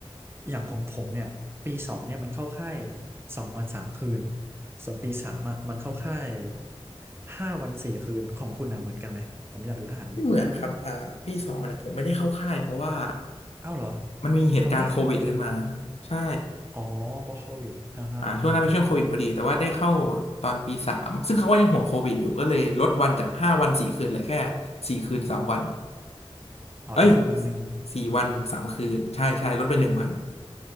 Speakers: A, on the right; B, on the left.
A: อย่างของผมเนี่ย ปีสองเนี่ยมันเข้าค่ายสองวันสามคืนส่วนปีสามอ่ะมันเข้าค่ายห้าวันสี่คืนของคุณนะเหมือนกันไหม ผมอยากรู้ทหารบก
B: ไม่เหมือนครับอ่าปีสองเนี่ยผมไม่ได้เข้าค่ายเพราะว่า
A: เอ้าเหรอ
B: มันมีเหตุการณ์โควิดขึ้นมา
A: เขาไม่ให้เข้าใช่ไหม
B: ใช่
A: อ๋อเพราะโควิดอ่าฮะอ่าฮะ
B: อ่าช่วงนั้นเป็นช่วงโควิดพอดีแต่ว่าได้เข้าตอนปีสามซึ่งเขาก็ยังห่วงโควิดอยู่ก็เลยลดวันจากห้าวันสี่คืนเหลือแค่สี่คืนสามวัน
A: อ๋อลดไปวันหนึ่ง
B: เอ้ยสี่วันสามคืนใช่ใช่ลดไปหนึ่งวัน